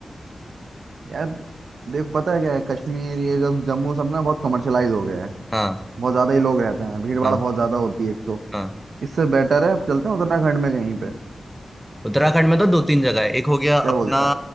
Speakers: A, on the right (about 80°); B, in the centre.
A: यार देख पता है क्या है कश्मीर ये जब जम्मू सब ना बहुत कमर्शलाइज हो गया है
B: हाँ
A: बहुत ज्यादा ही लोग रहते हैं भीड़ भाड़
B: हाँ
A: बहुत ज्यादा होती है एक तो
B: हाँ
A: इससे बेटर है अब चलते हैं उत्तराखंड में कहीं पे
B: उत्तराखंड में तो दो तीन जगह है एक हो गया
A: क्या
B: अपना
A: बोलता है